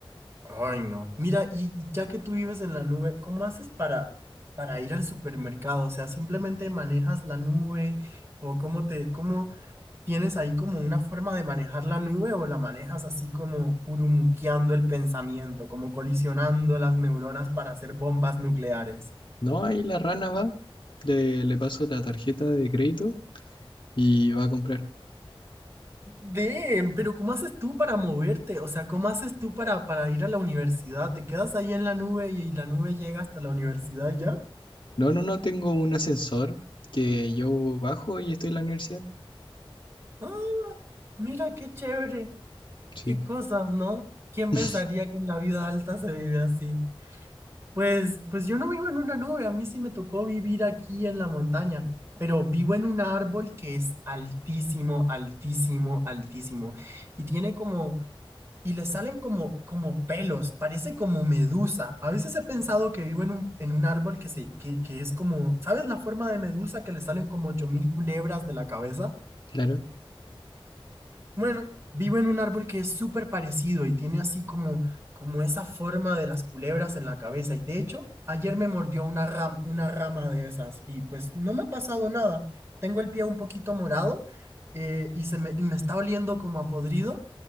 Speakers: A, on the right (about 30°); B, on the left (about 60°).
A: Ay, no. Mira, y, y ya que tú vives en la nube, ¿cómo haces para, para ir al supermercado? O sea, simplemente manejas la nube o cómo te, cómo, ¿Tienes ahí como una forma de manejar la nube o la manejas así como urumuqueando el pensamiento, como colisionando las neuronas para hacer bombas nucleares?
B: No, ahí la rana va, le, le paso la tarjeta de crédito y va a comprar.
A: Damn, pero ¿cómo haces tú para moverte? O sea, ¿cómo haces tú para, para ir a la universidad? ¿Te quedas ahí en la nube y, y la nube llega hasta la universidad y ya?
B: No, no, no, tengo un ascensor que yo bajo y estoy en la universidad.
A: Ah, mira qué chévere,
B: Sí,
A: qué cosas, ¿no? ¿Quién
B: <laughs>
A: pensaría que en la vida alta se vive así? Pues, pues yo no vivo en una nube, a mí sí me tocó vivir aquí en la montaña, pero vivo en un árbol que es altísimo, altísimo, altísimo. Y tiene como, y le salen como, como pelos, parece como medusa. A veces he pensado que vivo en un, en un árbol que, se, que, que es como, ¿sabes la forma de medusa que le salen como 8000 culebras de la cabeza?
B: claro.
A: Bueno, vivo en un árbol que es súper parecido y tiene así como, como esa forma de las culebras en la cabeza. Y de hecho, ayer me mordió una ram- una rama de esas y pues no me ha pasado nada. Tengo el pie un poquito morado eh, y, se me, y me está oliendo como a podrido,